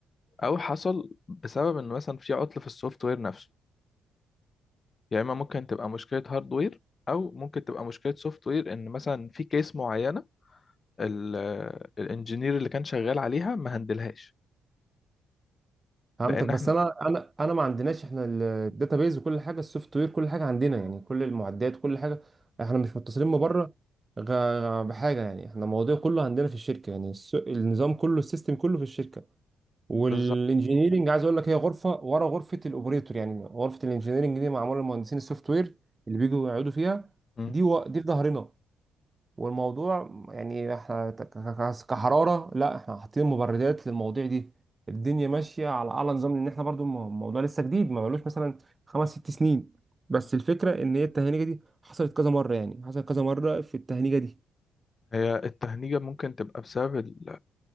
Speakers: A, on the left; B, on the right.
A: أو حصل بسبب إن مثلا في عطل في السوفت وير نفسه يا إما ممكن تبقى مشكلة هاردوير أو ممكن تبقى مشكلة سوفت وير إن مثلا في كيس معينة ال- الانجينير اللي كان شغال عليها ما هندلهاش
B: فهمتك
A: لان
B: بس
A: احنا
B: انا انا انا ما عندناش احنا الداتابيز وكل حاجه السوفت وير كل حاجه عندنا يعني كل المعدات كل حاجه احنا مش متصلين من بره غ- غ- بحاجه يعني احنا الموضوع كله عندنا في الشركه يعني الس- النظام كله السيستم كله في الشركه والانجينيرنج
A: بالظبط
B: عايز اقول لك هي غرفه ورا غرفه الاوبريتور يعني غرفه الانجينيرنج دي معموله لمهندسين السوفت وير اللي بيجوا يقعدوا فيها
A: مم.
B: دي و... دي في ظهرنا والموضوع يعني احنا ك- ك- كحرارة لا احنا حاطين مبردات للمواضيع دي الدنيا ماشية على أعلى نظام لأن احنا برضو الم- الموضوع لسه جديد ما بقالوش مثلا خمس ست سنين بس
A: مم.
B: الفكرة إن هي التهنيجة دي حصلت كذا مرة يعني حصلت كذا مرة في التهنيجة دي
A: هي التهنيجة ممكن تبقى بسبب ال-